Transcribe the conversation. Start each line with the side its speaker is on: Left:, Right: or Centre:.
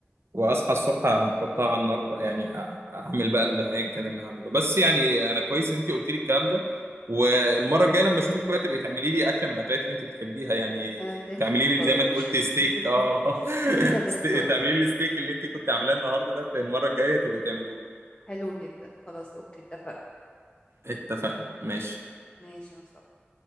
Right: واصحى
Left: بالظبط
Right: الصبح احطها على النار يعني أ- اعمل بقى ال- ايا كان اللي هعمله بس يعني انا كويس انت قلت لي الكلام ده والمره الجايه لما اشوفك بقى تبقي تعملي لي اكله من الاكلات اللي انت بتحبيها يعني
Left: آه، اللي انت
Right: تعملي
Left: تختاره
Right: لي زي ما
Left: يا باشا
Right: انت قلت ستيك
Left: <laughs>
Right: اه <laughs>
Left: اللي انت تختاره
Right: ست- تعملي لي ستيك اللي انت كنت عاملاه النهارده ده المره الجايه تبقي تعمله لي
Left: حلو جدا خلاص اوكي اتفقنا
Right: اتفقنا ماشي
Left: ماشي يا مصطفى